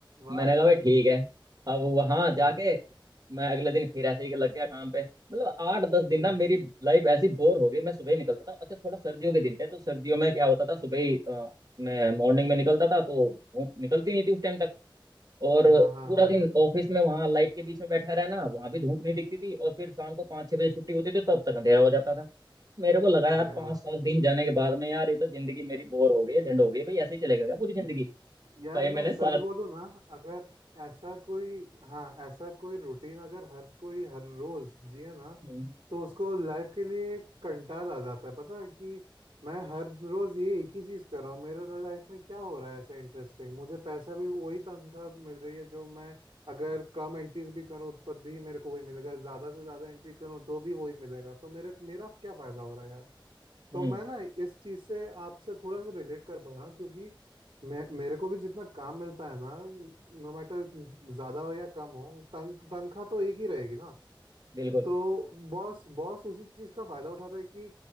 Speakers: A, on the right; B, on the right.
A: वाह
B: मैंने कहा भाई ठीक है अब वहां जाके
A: हाँ
B: मैं अगले दिन फिर ऐसे ही लग गया काम पे मतलब आठ दस दिन
A: जी
B: ना मेरी लाइफ ऐसी बोर हो गई मैं सुबह ही निकलता था अच्छा थोड़ा सर्दियों के दिन थे तो सर्दियों में क्या होता था सुबह ही अ, मैं मॉर्निंग में निकलता था तो धूप निकलती नहीं थी उस टाइम तक और
A: हाँ हाँ
B: पूरा
A: हाँ
B: दिन
A: हाँ
B: ऑफिस में वहां लाइट के बीच में बैठा रहना वहां भी धूप नहीं दिखती थी और फिर शाम को पाँच छह बजे छुट्टी होती थी तब तक अंधेरा हो जाता था मेरे को लगा यार
A: अरे
B: पाँच
A: वाह
B: सात दिन जाने के बाद में यार ये तो जिंदगी मेरी बोर हो गई है झंड हो गई है भाई ऐसे ही चलेगा क्या पूरी जिंदगी
A: यार
B: भाई
A: मैं
B: मैंने
A: सच
B: सात
A: बोलूं ना अगर ऐसा कोई हाँ ऐसा कोई रूटीन अगर हर कोई हर रोज जिए ना
B: हम्म
A: तो उसको लाइफ के लिए एक कंटाल आ जाता है पता है कि मैं हर रोज ये एक ही चीज कर रहा हूँ मेरे लाइफ में क्या हो रहा है ऐसा इंटरेस्टिंग मुझे पैसा भी वही तनख्वाह मिल रही है जो मैं अगर कम एंट्रीज भी करूँ तब भी मेरे को वही मिलेगा ज्यादा से ज्यादा एंट्री करूँ तो भी वही मिलेगा तो मेरे मेरा क्या फायदा हो रहा है यार
B: हम्म
A: तो मैं ना इस चीज से आपसे थोड़ा सा रिलेट कर पा रहा हूँ क्योंकि मैं मेरे को भी जितना काम मिलता है ना नो मैटर ज्यादा हो या कम हो तन, तनख्वाह तो एक ही रहेगी ना
B: बिल्कुल
A: तो बॉस बॉस उसी चीज का फायदा उठाता है कि